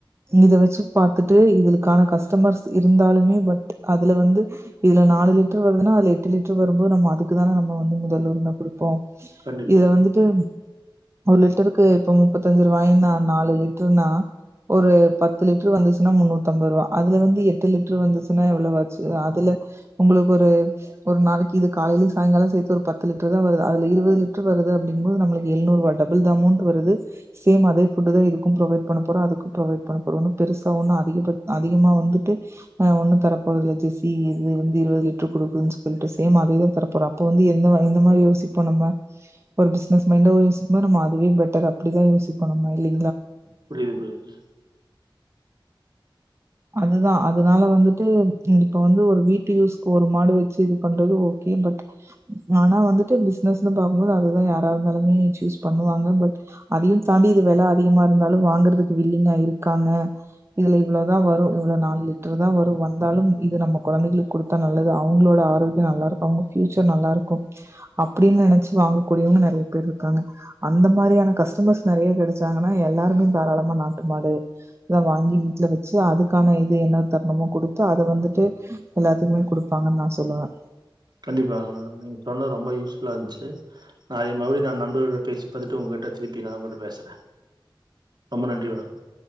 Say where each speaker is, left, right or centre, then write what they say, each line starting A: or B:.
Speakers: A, on the right; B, on the right.
A: இத வச்சி பாத்துட்டு இதுக்கான கஸ்டமர்ஸ் இருந்தாலுமே பட் அதுல வந்து இதுல நாலு லிட்டர் வருதுன்னா அதுல எட் எட்டு லிட்டர் வரும்போது நம்ம அதுக்கு தான நம்ம முதல் உரிமை குடு ப்போ
B: கண்டிப்பா
A: இத வந்துட்டு ஒரு லிட்டருக்கு இப்ப முப்பத்தஞ்சு ரூவாயினா நாலு லிட்டருனா ஒரு பத்து லிட்டரு வந்துச்சுன்னா முன்னூத்து அம்பது ரூவா அதுல வந்து எட்டு லிட்டரு வந்துச்சுன்னா எவ்வளவாச்சு அதுல உங்களுக்கு ஒரு ஒரு நாளைக்கி இது காலைலியு சாயிங்கால சேத்து ஒரு பத்து லிட்டரு தா வருது அதல இருபது லிட்டரு வருது அப்டிங்கும்போது நம்மளுக்கு எழுநூறுரூவா டபுள் த அமோண்ட் வருது சேம் அதே ஃபுட்டு தா இதுக்கு ப்ரொவைட் பண்ண போறோ அதுக்கு ப்ரொவைட் பண்ண போறோ ஒன்னு பெருசா ஒன்னு அதிகபட் அதிகமாக வந்துட்டு அ ஒன்னு தர போறதுல்ல ஜெஸி இது வந்து இருவது லிட்ரு குடுக்குதுன்னு சொ சொல்ட்டு சேம் அதேதா தர போறோ அப்ப வந்து எந்த எந்த மாரி யோசிப்போ நம்ம ஒரு பிஸ்னஸ் மைண்டாவு யோசி நம்ம அதுவே பெட்டர் அப்டிதா யோசிப்போ நம்ம இல்லீ
B: புரிது புரிது
A: அதுதா அதுனால வந்து ட்டு இப்ப வந்து ஒரு வீட்டு யூஸ்க்கு ஒரு மாடு வச்சி இது பண்றது ஓகே பட் ஆனா வந்துட்டு பிஸ்னஸ்ன்னு பாக்கும்போது அதுதா யாரா இருந்தாலுமே சூஸ் பண்ணுவாங்க பட் அதையு தாண்டி இது வெல அதிகமா இருந்தாலு வாங்கறதுக்கு வில்லிங்கா இருக்காங்க இதுல இவ்ளோ தா வரு இவ்ள நாலு லிட்ரு தா வரு, வந்தாலு இது நம்ம கொழந்தைகளுக்கு குடுத்தா நல்லது அவங்களோட ஆரோக்கிய நல்லா இருக்கு அவங்க பியூச்சர் நல்லா இருக்கு அப்டின்னு நெனச்சு வாங்கக்கூடியவங்க நறைய பேர் இருக்காங்க, அந்த மாரியான கஸ்டமர்ஸ் நறைய கெடைச்சாங்கன்னா எல்லாருமே தாராளமா நாட்டு மாடு இத வாங்கி வீட்ல வ ச்சி அதுக்கான இது என்ன தரணுமோ குடுத்து அத வந்துட்டு எல்லாத்துக்குமே குடுப்பாங்கன்னு நா சொல்லுவே
B: கண்டிப்பாங்க மேடம், நீங்க சொன்னது ரொம்ப யூஸ் ஃபுல்லா இருந்துச்சு நா எ மொத, நா நண்பர்கள்ட்ட பேசி பாத்தட்டு உங்க கிட்ட திருப்பி நா உங்க்கிட்ட பேசுற ரொம்ப நன்றி மேடம்.